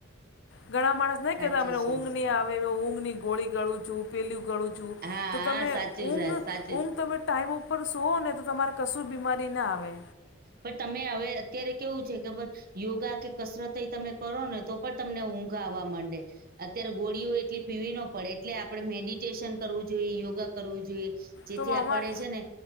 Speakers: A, on the left; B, on the right.
A: ઘણા માણસ નહી
B: સાચું
A: કેતા મને ઊંઘ
B: છે
A: ની આવે, ઊંઘની ગોળી ગળું છું. પેલિયુ ગળું છું,
B: હા
A: તો તમે
B: હા સાચું
A: ઊંઘ,
B: છે સાચું
A: ઊંઘ
B: જ
A: તમે ટાઈમ ઉપર સોઓ ને તો તમારે કસુ બીમારી ન આવે.
B: પણ, તમે હવે અત્યારે કેવું છે ખબર? યોગા કે કસરતેય તમે કરો ને તો પણ તમને ઊંઘ આવવા માંડે. અત્યારે ગોળીઓ એટલી પીવી ન પડે એટલે આપણેે મેડિટેશન કરવું જોઈએ યોગા કરવું જોઈએ જેથી
A: તો આમાં
B: આપડે છે ને